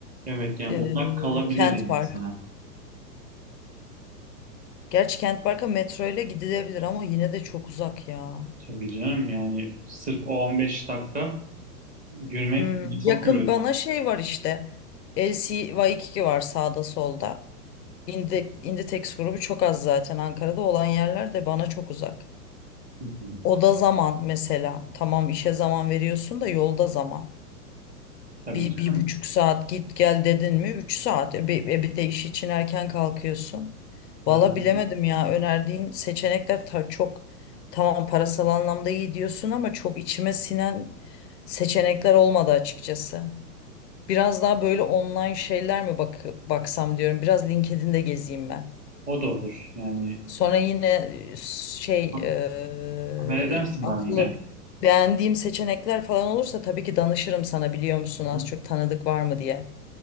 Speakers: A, on the right; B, on the left.
A: Evet yani
B: ee,
A: uzak kalabilir
B: Kent
A: yani
B: Park.
A: sana.
B: Gerçi Kent Park'a metro ile gidilebilir ama yine de çok uzak ya.
A: Tabii canım yani sırf o 15 dakika yürümek
B: Hı.
A: beni çok
B: Yakın
A: yürüdü.
B: bana şey var işte LCY2 var sağda solda. İndi, İnditex grubu çok az zaten Ankara'da olan yerler de bana çok uzak.
A: Hı hı.
B: Oda zaman mesela. Tamam işe zaman veriyorsun da yolda zaman.
A: Tabii
B: Bir,
A: canım.
B: bir buçuk saat git gel dedin mi? Üç saat. E, bir, e, bir de iş için erken kalkıyorsun.
A: Yani
B: Valla bilemedim ya önerdiğin seçenekler ta- çok tamam parasal anlamda iyi diyorsun ama çok içime sinen seçenekler olmadı açıkçası. Biraz daha böyle online şeyler mi bak baksam diyorum. Biraz LinkedIn'de gezeyim ben.
A: o da olur. Yani
B: Sonra yine e, şey
A: ha-
B: e,
A: haber edersin
B: akıllı
A: bana yine.
B: beğendiğim seçenekler falan olursa tabii ki danışırım sana biliyor musun
A: Hı
B: az
A: hı.
B: çok tanıdık var mı diye.